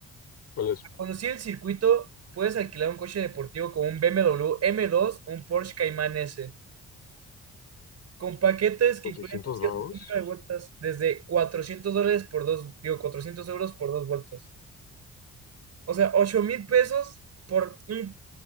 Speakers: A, on the left; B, on the right.
A: ¿cuál es?
B: Para Conocer el circuito, puedes alquilar un coche deportivo como un BMW m W M dos, o un Porsche Cayman S, con paquetes que
A: ¿Por
B: incluyen
A: 600
B: un cierto
A: varos?
B: número de vueltas, desde 400 dólares por dos, digo, 400 euros por dos vueltas. O sea, ocho mil pesos por un,